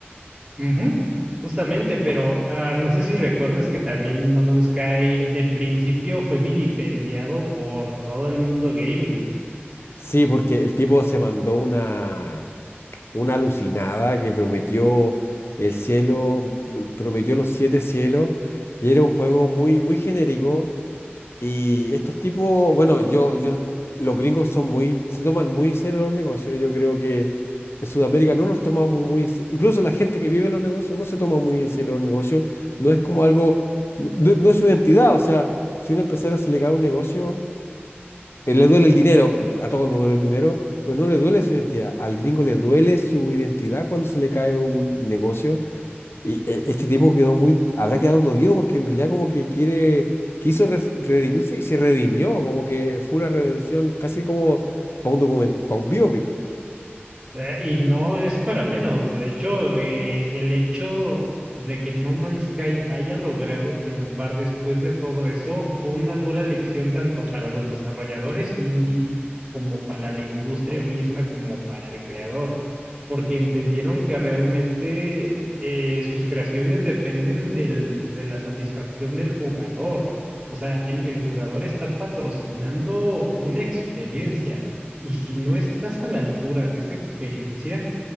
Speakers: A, on the right; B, on the left.
A: Ujú. Justamente, pero ah, no sé si recuerdes que también No Man's Sky de principio fue vilipendiado por todo el mundo gaming.
B: Sí, porque el tipo se mandó una, una alucinada que prometió el cielo, m- prometió los siete cielos y era un juego muy, muy genérico Y estos tipos, bueno, yo, yo, los gringos son muy, se toman muy en serio los negocios. Yo creo que en Sudamérica no nos tomamos muy en serio. Incluso la gente que vive en los negocios no se toma muy en serio los negocios. No es como algo, no, no- no es su identidad. O sea, si a un empresario se le cae un negocio, eh, le duele el dinero, a todos nos duele el dinero, pero no le duele su identidad. Al gringo le duele su identidad cuando se le cae un negocio. Y e- este tipo quedó muy, habrá quedado dolido porque en realidad como que quiere, quiso resi- redimirse y se redimió, como que fue una redención casi como para un document, para un biopic.
A: Eh, Y no es para menos. De hecho, eh, el hecho de que No Man's Sky haya logrado triunfar después de todo eso fue una dura lección tanto para los desarrolladores indie como para la industria misma, como para el creador, porque entendieron que realmente eh, sus creaciones dependen del- de la satisfacción del jugador. O sea, el el jugador está patrocinando una experiencia. Y si no estás a la altura de esa experiencia,